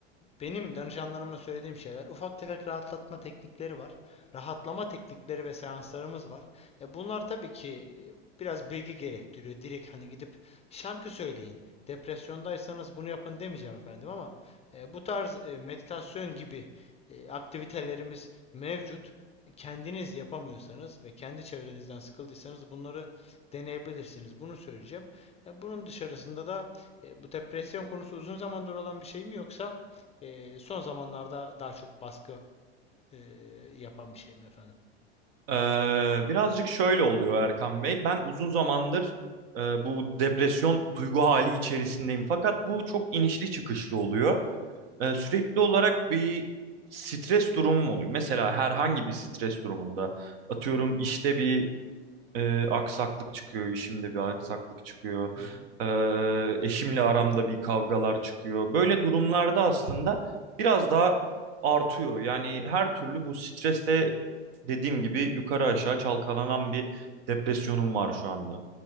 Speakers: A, on the left; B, on the right.
A: benim danışanlarıma söylediğim şeyler ufak tefek rahatlatma teknikleri var. Rahatlama teknikleri ve seanslarımız var. E, bunlar tabii ki e, biraz bilgi gerektiriyor. Direkt hani gidip şarkı söyleyin. Depresyondaysanız bunu yapın demeyeceğim efendim ama e, bu tarz e, meditasyon gibi e, aktivitelerimiz mevcut. Kendiniz yapamıyorsanız ve kendi çevrenizden sıkıldıysanız bunları deneyebilirsiniz. Bunu söyleyeceğim. E, bunun dışarısında da e, bu depresyon konusu uzun zamandır olan bir şey mi yoksa e, son zamanlarda daha çok baskı e, yapan bir şey mi efendim?
B: Ee, birazcık şöyle oluyor Erkan Bey. Ben uzun zamandır e, bu depresyon duygu hali içerisindeyim. Fakat bu çok inişli çıkışlı oluyor. Ee, sürekli olarak bir stres durumum oluyor. Mesela herhangi bir stres durumunda atıyorum işte bir e, aksaklık çıkıyor, işimde bir aksaklık çıkıyor.
A: Hı hı,
B: E, eşimle aramda bir kavgalar çıkıyor. Böyle durumlarda aslında biraz daha artıyor. Yani her türlü bu stresle dediğim gibi yukarı aşağı çalkalanan bir depresyonum var şu anda.